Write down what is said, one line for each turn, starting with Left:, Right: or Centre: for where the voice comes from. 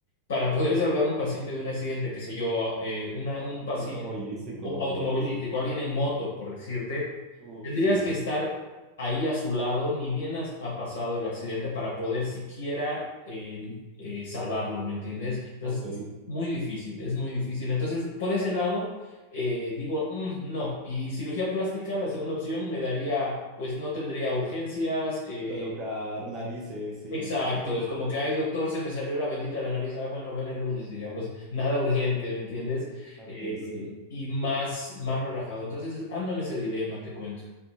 Left: para poder salvar un paciente de un accidente, qué sé yo, eh, una- un paciente
Right: automovilístico
Left: o-
Right: o
Left: automovilístico,
Right: algo así.
Left: alguien en moto, por decirte,
Right: Uf,
Left: tendrías
Right: sí,
Left: que estar ahí a su lado, ni bien has- ha pasado el accidente para poder siquiera eh, eh, salvarlo, ¿me entiendes? Entonces,
Right: ok.
Left: es muy difícil, es muy difícil. Entonces, por ese lado, eh, digo, "Mm, no. Y cirugía plástica, la segunda opción, me daría, pues no tendría urgencias, eh,
Right: Colocar narices y,
Left: Exacto,
Right: <laughs> y
Left: es
Right: cositas
Left: como que, ay, doctor,
Right: así.
Left: se me salió la bendita de la nariz, ay, bueno, ven el lunes, digamos, nada urgente, ¿me entiendes?
Right: Ok,
Left: Eh,
Right: sí.
Left: y más, más relajado. Entonces, ando en ese dilema, te cuento.